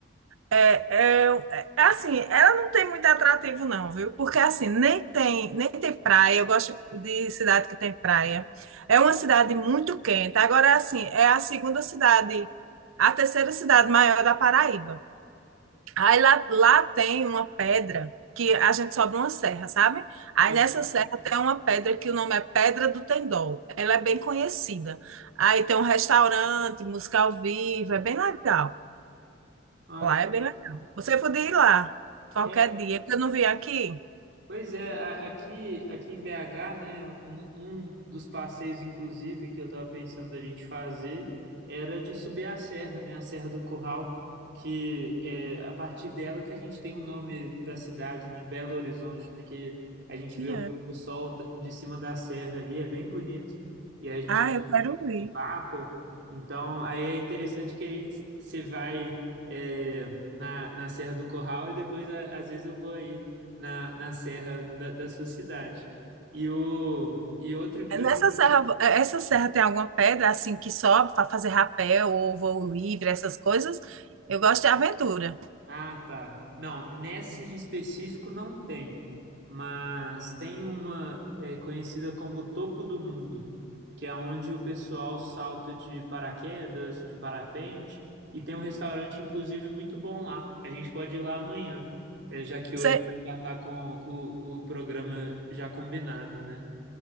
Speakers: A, on the right (about 85°); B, on the right (about 60°).
A: É, é, é, assim, ela não tem muito atrativo, não, viu? Porque assim, nem tem, nem tem praia. Eu gosto de cidade que tem praia. É uma cidade muito quente. Agora, assim, é a segunda cidade, a terceira cidade maior da Paraíba. Aí lá, lá tem uma pedra que a gente sobe uma serra, sabe? Aí
B: Aham.
A: nessa serra tem uma pedra que o nome é Pedra do Tendol. Ela é bem conhecida. Aí tem um restaurante, música ao vivo, é bem legal.
B: Ah,
A: Lá
B: tá.
A: é bem legal. Você podia ir lá qualquer
B: é,
A: dia, que eu não vim aqui.
B: pois é, a- aqui, aqui em BH, né, um, um dos passeios, inclusive, que eu estava pensando da gente fazer era de subir a serra, né, a Serra do Curral, que é a partir dela que a gente tem o nome da cidade, né, Belo Horizonte, né, que a gente
A: E
B: vê o
A: é.
B: pôr do sol d- de cima da serra ali, é bem bonito, e aí a gente
A: Ah, eu quero ir.
B: do Papa. Então, aí é interessante que aí você vai é, na, na Serra do Corral e depois, a- às vezes, eu vou aí na, na Serra da, da sua cidade. E, o, e outra coisa.
A: É, Nessa serra, é, essa serra tem alguma pedra assim que sobe para fazer rapel ou voo livre, essas coisas? Eu gosto de aventura.
B: Ah, tá. Não, nesse em específico não tem, mas tem uma é, conhecida como Topo do Mundo, que é onde o pessoal salta de paraquedas, de parapente, e tem um restaurante, inclusive, muito bom lá. A gente pode ir lá amanhã, é, já que hoje
A: Você,
B: já tá com o, o programa já combinado, né?